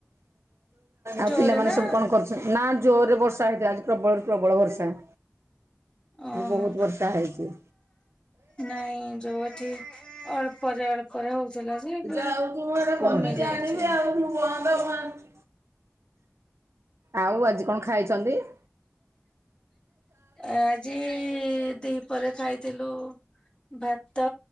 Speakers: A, on the right; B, on the left.
A: ଆଉ
B: ଜୋରେ
A: ପିଲାମାନେ
B: ନା?
A: ସବୁ କଣ କରୁ ନା ଜୋରରେ ବର୍ଷା ହେଇଥାଥିଲା ଆଜି ପ୍ରବଳରୁ ପ୍ରବଳ ବର୍ଷା।
B: ଓହୋ।
A: ବହୁତ ବର୍ଷା ହେଇଚି।
B: ନାଇଁ ଯୋଉ <unintelligible> <unintelligible>
A: ଯାଉଚି ମୁଁ ଆଡେ
B: କମି
A: ପନିକି
B: ଯାଇଛି
A: ଆଣିବି ଆଉ ମୁଁ ବନ୍ଦ କରୁଚି? ଆଉ ଆଜି କଣ ଖାଇଚନ୍ତି? <inaudible>
B: ଆଜି ଦିପହରେ ଖାଇଥିଲୁ ଭାତ